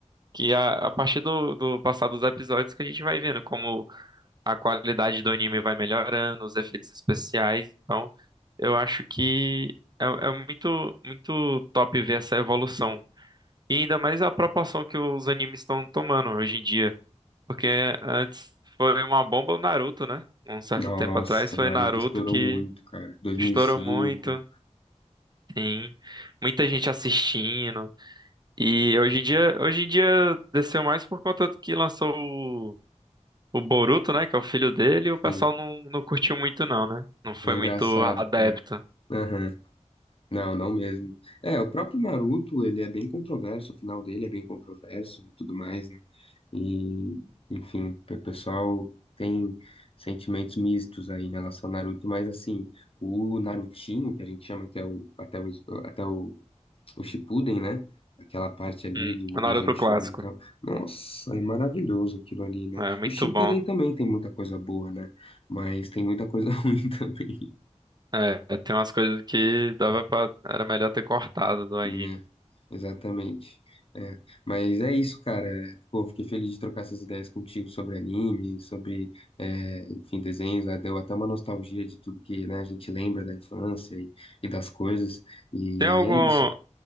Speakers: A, on the right (about 35°); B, on the left (about 50°).
A: Que a, a partir do, do passar dos episódios que a gente vai vendo como a qualidade do anime vai melhorando, os efeitos especiais. Então, eu acho que é, é muito, muito top ver essa evolução. E ainda mais a proporção que os animes estão tomando hoje em dia. Porque antes foi uma bomba o Naruto, né? Um certo
B: Nossa,
A: tempo atrás foi
B: Naruto
A: Naruto
B: estourou
A: que
B: muito, cara. dois
A: estourou
B: mil e cinco
A: muito. Sim, muita gente assistindo. E hoje em dia, hoje em dia desceu mais por conta do que lançou o, o Boruto, né? Que é o filho dele, e o pessoal
B: sim.
A: não, não curtiu muito, não, né? Não foi
B: É engraçado,
A: muito adepto.
B: cara. Aham. Não, não mesmo. É, o próprio Naruto, ele é bem controverso, o final dele é bem controverso e tudo mais, né? E, enfim, o pessoal tem sentimentos mistos aí em relação ao Naruto, mas assim, o Narutinho, que a gente chama até o, até o, até o, o Shippuden, né? Aquela parte ali
A: Hum,
B: do,
A: o
B: do
A: Naruto
B: Exame Chunin
A: clássico.
B: e tal. Nossa, é maravilhoso aquilo ali, né?
A: É muito
B: O Shippuden
A: bom.
B: também tem muita coisa boa, né? Mas tem muita coisa <laughs> ruim também.
A: É, tem umas coisas que dava pra. Era melhor ter cortado do anime.
B: Né, exatamente. É, mas é isso, cara. É, Pô, fiquei feliz de trocar essas ideias contigo sobre anime, sobre, é, enfim, desenhos. né? Deu até uma nostalgia de tudo que, né, a gente lembra da infância e, e das coisas. E
A: Tem algum.
B: é isso.